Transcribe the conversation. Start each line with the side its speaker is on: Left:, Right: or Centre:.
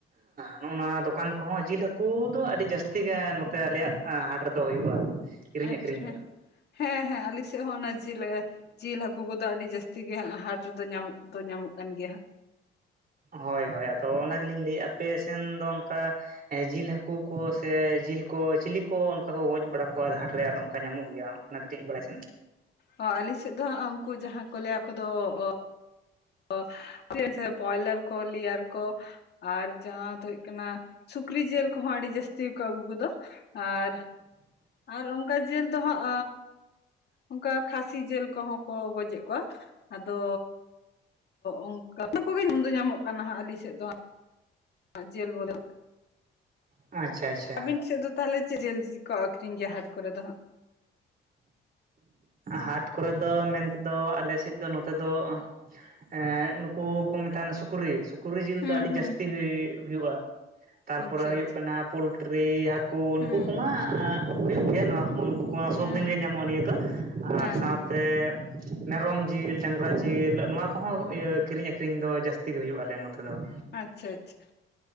Right: ᱱᱚᱜᱼᱚ ᱱᱚᱣᱟ ᱫᱚᱠᱟᱱ ᱠᱚᱦᱚᱸ ᱡᱤᱞ ᱦᱟᱹᱠᱩ ᱫᱚ ᱟᱹᱰᱤ ᱡᱟᱹᱥᱛᱤ ᱜᱮ ᱱᱚ ᱛᱮ ᱟᱞᱮᱭᱟᱜ ᱦᱟᱴ ᱨᱮᱫᱚ ᱦᱩᱭᱩᱜᱼᱟ᱾ ᱠᱤᱨᱤᱧ
Left: ᱟᱪᱪᱷᱟ
Right: ᱟᱹᱠᱷᱨᱤᱧ ᱫᱚ
Left: ᱦᱮᱸ ᱦᱮᱸ ᱟᱞ ᱥᱮᱫ ᱦᱚᱸ ᱚᱱᱟ ᱡᱮᱞ ᱮ ᱡᱤᱞ ᱦᱟᱹᱠᱩ ᱠᱚᱫᱚ ᱟᱹᱰᱤ ᱡᱟᱹᱟᱥᱛᱤ ᱜᱮ ᱦᱟᱸ ᱦᱟᱴ ᱨᱮᱫᱚ ᱧᱟᱢ ᱫᱚ ᱧᱟᱢᱚᱜ ᱠᱟᱱ ᱜᱮᱭᱟ ᱦᱟᱸᱜ᱾
Right: ᱦᱳᱭ ᱦᱳᱭ ᱟᱫᱚ ᱚᱱᱟ ᱜᱮᱞᱤᱧ ᱞᱟᱹᱭᱮᱫ ᱟᱯᱮ ᱥᱮᱱ ᱫᱚ ᱚᱱᱠᱟ ᱮᱸ ᱡᱤᱞ ᱦᱟᱹᱠᱩ ᱠᱚ ᱥᱮ ᱡᱤᱞ ᱠᱚ ᱪᱤᱞᱤ ᱠᱚ ᱚᱱᱠᱟ ᱠᱚ ᱜᱚᱡ ᱵᱟᱲᱟ ᱠᱚᱣᱟ ᱦᱟᱷᱟᱴ ᱨᱮ ᱟᱨ ᱚᱱᱠᱟ ᱧᱟᱢᱚᱜ ᱜᱮᱭᱟ? ᱚᱱᱟ ᱠᱟᱹᱴᱤᱡ ᱵᱟᱲᱟᱭ ᱥᱟᱱᱟ
Left: ᱚ ᱟᱹᱞᱤᱧ ᱥᱮᱫ ᱫᱚ ᱦᱟᱸᱜ ᱩᱱᱠᱩ ᱡᱟᱦᱟᱸ ᱠᱚ ᱞᱟᱹᱭᱟ ᱠᱚᱫᱚ ᱚ <unintelligible> ᱵᱚᱭᱞᱟᱨ ᱠᱚ ᱞᱤᱭᱟᱨ ᱠᱚ ᱟᱨ ᱡᱟᱦᱟᱸ ᱫᱚ ᱦᱩᱭᱩᱜᱭ ᱠᱟᱱᱟ ᱥᱩᱠᱨᱤ ᱡᱤᱞ ᱠᱚᱦᱚᱸ ᱟᱹᱰᱤ ᱡᱟᱹᱟᱥᱛᱤ ᱠᱚ ᱟᱹᱜᱩ ᱠᱚᱫᱚ ᱟᱨ ᱟᱨ ᱚᱱᱠᱟ ᱡᱤᱞ ᱫᱚ ᱦᱟᱸᱜ ᱚᱱᱠᱟ ᱠᱷᱟᱹᱥᱤ ᱡᱤᱞ ᱠᱚᱦᱚᱸ ᱠᱚ ᱜᱚᱡᱮᱫ ᱠᱚᱣᱟ ᱟᱫᱚ ᱚᱱᱠᱟ ᱚᱱᱟ ᱠᱚᱜᱮ ᱧᱟᱢ ᱫᱚ ᱧᱟᱢᱚᱜ ᱠᱟᱱᱟ ᱦᱟᱸᱜ ᱟᱹᱞᱤᱧ ᱥᱮᱫ ᱫᱚ ᱦᱟᱸᱜ ᱡᱮᱞ ᱵᱚᱞᱮ᱾
Right: ᱟᱪᱪᱷᱟ ᱟᱪᱪᱷᱟ
Left: ᱟᱹᱵᱤᱱ ᱥᱮᱫ ᱫᱚ ᱛᱟᱦᱚᱞᱮ ᱪᱮᱫ ᱡᱤᱞ ᱠᱚ ᱟᱠᱷᱨᱤᱧ ᱜᱮᱭᱟ ᱦᱟᱴ ᱠᱚᱨᱮ ᱫᱚ ᱦᱟᱸᱜ?
Right: ᱦᱟᱴ ᱠᱚᱨᱮ ᱫᱚ ᱢᱮᱱᱛᱮ ᱫᱚ ᱟᱞᱮ ᱥᱮᱫ ᱫᱚ ᱱᱚᱛᱮ ᱫᱚ ᱮᱸᱜ ᱱᱩᱠᱩ ᱠᱚ ᱢᱮᱛᱟᱜ ᱠᱟᱱᱟ ᱥᱩᱠᱨᱤ ᱥᱩᱠ ᱩᱠᱨᱤ ᱡᱤᱞ
Left: ᱦᱩᱸ
Right: ᱫᱚ ᱟᱹᱰᱤ
Left: ᱦᱩᱸ
Right: ᱡᱟᱹᱥᱛᱤ ᱦᱩᱭᱩᱜᱼᱟ ᱛᱟᱨᱯᱚᱨᱮ
Left: ᱟᱪᱪᱷᱟ
Right: ᱦᱩᱭᱩᱜ
Left: ᱟᱪᱪᱷᱟ
Right: ᱠᱟᱱᱟ ᱯᱚᱞᱴᱨᱤ ᱦᱟᱹ ᱠᱩ ᱱᱩᱠᱩ
Left: ᱦᱩᱸ
Right: ᱠᱚᱢᱟ ᱦᱩᱭᱩᱜ ᱜᱮᱭᱟ ᱱᱚᱣᱟ ᱠᱚ ᱱᱩᱠᱩ ᱠᱚᱣᱟ ᱥᱚᱵ
Left: ᱦᱩᱸ
Right: ᱫᱤᱱᱜᱮ ᱧᱟᱢᱚᱜᱼᱟ ᱱᱤᱭᱟᱹ ᱫᱚ ᱾
Left: ᱦᱮᱸ
Right: ᱟᱨ ᱥᱟᱶ ᱛᱮ ᱢᱮᱨᱚᱢ ᱡᱤᱞ ᱰᱟᱝᱨᱟ ᱡᱤᱞ ᱱᱚᱣᱟ ᱠᱚᱦᱚᱸ ᱤᱭᱟᱹ ᱠᱤᱨᱤᱧ ᱟᱹᱠᱷᱨᱤᱧ ᱫᱚ ᱡᱟᱹᱥ ᱛᱤ ᱜᱮ ᱦᱩᱭᱩᱜᱼᱟ ᱟᱞᱮ ᱱᱚᱛᱮ ᱫᱚ ᱾
Left: ᱟᱪᱪᱷᱟ ᱟᱪᱪᱷᱟ,